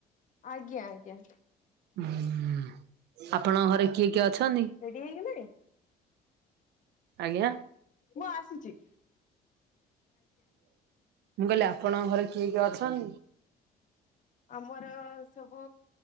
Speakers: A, on the left (about 50°); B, on the right (about 80°).
A: ଆଜ୍ଞା ଆଜ୍ଞା।
B: ହୁଁ ଆପଣଙ୍କ ଘରେ କିଏ କିଏ ଅଛନ୍ତି?
A: ରେଡି ହେଇଗଲେଣି?
B: ଆଜ୍ଞା
A: ମୁଁ ଆସୁଚି।
B: ମୁଁ କହିଲି ଆପଣଙ୍କ ଘରେ କିଏ କିଏ ଅଛନ୍ତି।
A: ଆମର ସବୁ